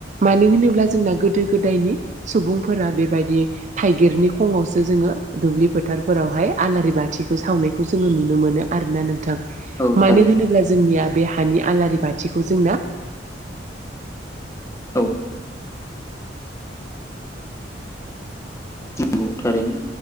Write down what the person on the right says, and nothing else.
मानो होनोब्ला जोंना गोदो गोदायनि सुबुंफोरा बेबायदि थाइगिरनि खङावसो जोङो दुब्लि फोथारफोरावहाय आलारि बाथिखौ सावनायखौ जोङो नुनो मोनो आरोना नोंथां
मानो
होनोब्ला जोंनिया बे हानि आलारि बाथिखौ जोंना